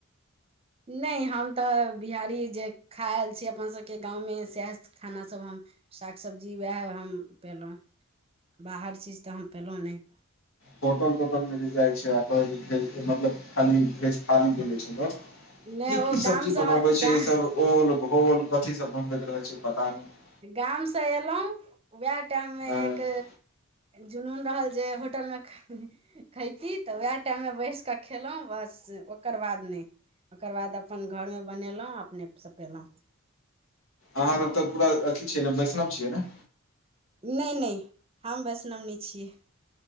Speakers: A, on the right; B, on the left.
A: नहि हम तऽ बिहारी जे खा आएल छी अपनसभके गाँवमे सएह, खानासभ हम साग सब्जी उएह हम पयलहुँ, बाहर चीज तऽ हम पयलहुँ नहि,
B: होटल तोटल मे जे जाइ छै, आ कहै छैेज मतलब खाली भेज खाली भेले छै, लोक
A: नहि
B: की
A: ओ
B: की सब्जी
A: गामसँ
B: बनबै छै,
A: गा
B: ईसभ ओल भोल कथी सब बनबैत रहै छै, पता नहि
A: गाम से एलहुँ उएह टाइम मे
B: अहाँ
A: एक, जुनून रहल जे होटलमे, खयती तऽ उएह टाइममे बैस कऽ खेलहुँ बस ओकर बाद नहि, ओकर बाद अपन घरमे बनेलहुँ अपने सऽ पेलहुँ
B: अहाँ सब तऽ पूरा अथी छियै नऽ वैष्णव छियै ने
A: नहि नहि हम वैष्णवनीी छियै।